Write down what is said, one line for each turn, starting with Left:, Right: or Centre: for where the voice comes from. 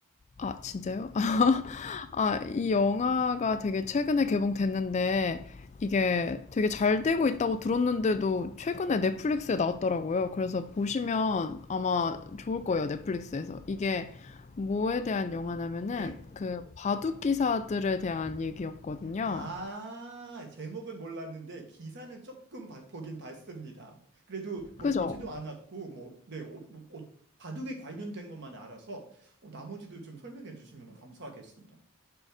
Left: 아 진짜요? <laughs>
Right: 네.
Left: 아, 이 영화가 되게 최근에 개봉됐는데 이게 되게 잘 되고 있다고 들었는데도 최근에 넷플릭스에 나왔더라고요. 그래서 보시면 아마 좋을 거예요, 넷플릭스에서. 이게 뭐에 대한 영화냐면은
Right: 네.
Left: 그 바둑 기사들에 대한 얘기였거든요.
Right: 아, 제목은 몰랐는데 기사는 조금 봐- 보긴 봤습니다. 그래도 뭐
Left: 그죠?
Right: 보지도 않았고 뭐 네, 어, 뭐, 어, 바둑에 관련된 것만 알아서 어, 나머지도 좀 설명해 주시면 감사하겠습니다.